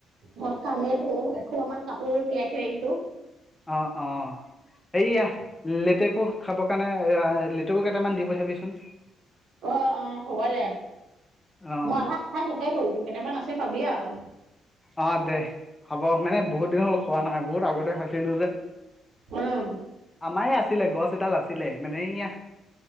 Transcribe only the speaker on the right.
ঘৰত কামেই বহুত, এসোপামান কাপোৰ তিয়াই থৈ আহিছো।
অ', অ' হ'ব দে
মই আধা খাই শেষেই কৰিলো, কেইটামান আছে পাবি আৰু।
কৰো।